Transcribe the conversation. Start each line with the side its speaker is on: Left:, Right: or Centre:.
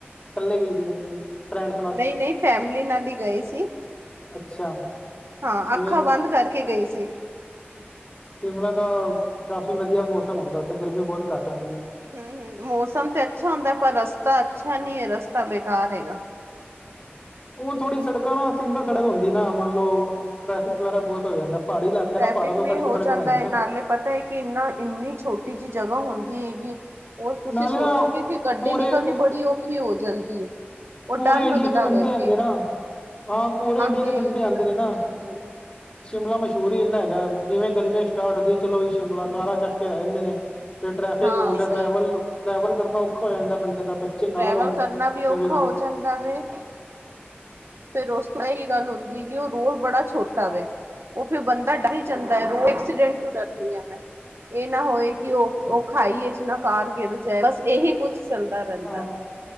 Left: ਇਕੱਲੇ ਗਈ ਸੀ <unintelligible> ਕਿ ਫਰੈਂਡਸ ਨਾਲ।
Right: ਨਹੀਂ ਨਹੀਂ ਫੈਮਲੀ ਨਾਲ ਹੀ ਗਈ ਸੀ
Left: ਅੱਛਾ।
Right: ਹਾਂ
Left: ਜਿਵੇਂ
Right: ਅੱਖਾਂ
Left: ਕਿ
Right: ਬੰਦ ਕਰਕੇ ਗਈ ਸੀ।
Left: ਸ਼ਿਮਲਾ ਤਾਂ ਕਾਫੀ ਵਧੀਆ ਮੌਸਮ ਹੁੰਦਾ ਉੱਥੇ ਗਰਮੀ ਬਹੁਤ ਘੱਟ ਹੁੰਦੀ ਏ।
Right: ਹੂ ਹੂ ਮੌਸਮ ਤੇ ਅੱਛਾ ਹੁੰਦਾ ਪਰ ਰਸਤਾ ਅੱਛਾ ਨਹੀਂ ਹੈ ਰਸਤਾ ਬੇਕਾਰ ਹੈਗਾ।
Left: ਉਹ ਥੋੜੀ ਸੜਕਾਂ ਨਾ ਸਿੰਗਲ ਸੜਕ ਹੁੰਦੀ ਨਾ ਮੰਨ ਲੋ ਟ੍ਰੈਫਿਕ ਵਗੈਰਾ ਬਹੁਤ ਹੋ ਜਾਂਦਾ। ਪਹਾੜੀ ਇਲਾਕਾ
Right: ਟ੍ਰੈਫਿਕ
Left: ਨਾ ਪਹਾੜਾਂ ਤੋਂ
Right: ਵੀ
Left: ਕੱਟ ਕੇ
Right: ਹੋ
Left: ਸੜਕ
Right: ਜਾਂਦਾ
Left: ਬਣਾਈ
Right: ਹੈ
Left: ਨਾ।
Right: ਨਾਲੇ ਪਤਾ ਹੈ ਕਿ ਨਾ ਇੰਨੀ ਛੋਟੀ ਜਿਹੀ ਜਗ੍ਹਾ ਹੁੰਦੀ ਹੈਗੀ। ਹੋਰ ਤੁਸੀਂ
Left: ਨਾਲੇ
Right: ਸੋਚੋਗੇ
Left: ਨਾ
Right: ਕਿ ਗੱਡੀ
Left: ਪੂਰੇ
Right: ਨਿਕਲਣੀ ਬੜੀ ਔਖੀ ਹੋ ਜਾਂਦੀ ਹੈ। ਉਹ
Left: ਪੂਰੇ
Right: ਡਰ
Left: ਇੰਡੀਆ
Right: ਲੱਗਦਾ
Left: ਦੇ ਬੰਦੇ
Right: ਵੇ ਕਿ
Left: ਆਉਂਦੇ ਨਾ ਹਾਂ ਪੂਰੇ ਇੰਡੀਆ
Right: ਕਿ
Left: ਦੇ ਬੰਦੇ ਆਉਂਦੇ
Right: ਹੂੰ-ਹੂੰ
Left: ਨੇ ਨਾ ਸ਼ਿਮਲਾ ਮਸ਼ਹੂਰ ਹੀ ਇੰਨਾ ਹੈਗਾ ਜਿਵੇਂ ਗਰਮੀਆਂ ਸਟਾਰਟ ਚਲੋ ਸ਼ਿਮਲਾ ਕਾਰਾ ਚੱਕ ਕੇ ਰਹਿ ਜਾਂਦੇ ਨੇ ਫਿਰ ਟਰੈਫਿਕ
Right: ਹਾਂ
Left: ਹੋਦਾ
Right: ਸਹੀ
Left: ਟਰੈਵਲ
Right: ਹੈ,
Left: ਟਰੈਵਲ ਕਰਨਾ ਔਖਾ ਹੋ ਜਾਂਦਾ ਬੰਦੇ ਦਾ ਨਾਲ
Right: ਟਰੈਵਲ
Left: ਹੋਣ ਤੇ
Right: ਕਰਨਾ ਵੀ ਔਖਾ
Left: ਫੇਰ ਉਹ
Right: ਹੋ ਜਾਂਦਾ ਵੇ ਫਿਰ ਉਸ ਤੋਂ ਇਹ ਇਹ ਗੱਲ ਹੁੰਦੀ ਕਿ ਉਹ ਰੋਡ ਬੜਾ ਛੋਟਾ ਵੇ ਉਹ ਫਿਰ ਬੰਦਾ ਡਰ ਹੀ ਜਾਂਦਾ ਹੈ ਰੋਡ ਐਕਸੀਡੈਂਟ ਤੋਂ ਡਰਨੀ ਆ ਮੈ ਇਹ ਨਾ ਹੋਏ ਕਿ ਉਹ ਉਹ ਖਾਈਏ ਨਾ ਕਾਰ ਗਿਰ ਜਾਏ ਬਸ ਇਹੀ ਕੁਛ ਚੱਲਦਾ ਰਹਿੰਦਾ
Left: ਹਾਂ